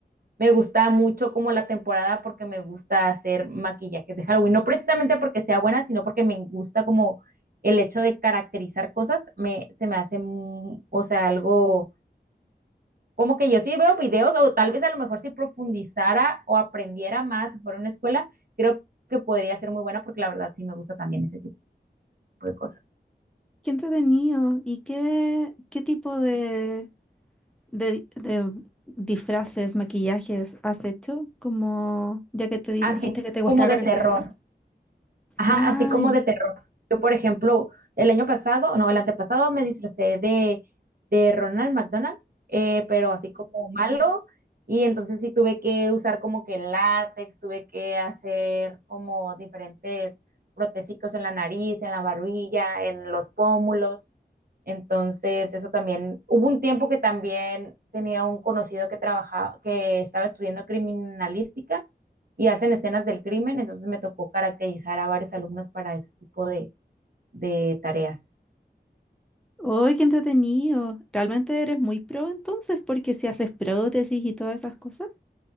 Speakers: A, on the right; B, in the centre.
A: Me gusta mucho como la temporada porque me gusta hacer maquillajes de Halloween, no precisamente porque sea buena, sino porque me gusta como el hecho de caracterizar cosas, me, se me hace, mm, o sea, algo como que yo sí veo videos o tal vez a lo mejor si profundizara o aprendiera más, si fuera una escuela, creo que podría ser muy buena porque la verdad sí me gusta también ese tipo de cosas.
B: qué entretenido. ¿Y qué, qué tipo de, de, de disfraces, maquillajes has hecho? Como ya que te di-
A: Así
B: dijiste que te gustaba
A: como de
B: caracterizar.
A: terror. Ajá,
B: Ah,
A: así como
B: ya.
A: de terror. Yo, por ejemplo, el año pasado, no, el antepasado me disfracé de, de Ronald McDonald, eh, pero así como malo, y entonces sí tuve que usar como que látex, tuve que hacer como diferentes protésicos en la nariz, en la barbilla, en los pómulos. Entonces, eso también, hubo un tiempo que también tenía un conocido que trabajaba, que estaba estudiando criminalística y hacen escenas del crimen, entonces me tocó caracterizar a varios alumnos para ese tipo de, de tareas.
B: ¡Uy, qué entretenido! Realmente eres muy pro entonces, porque si haces prótesis y todas esas cosas.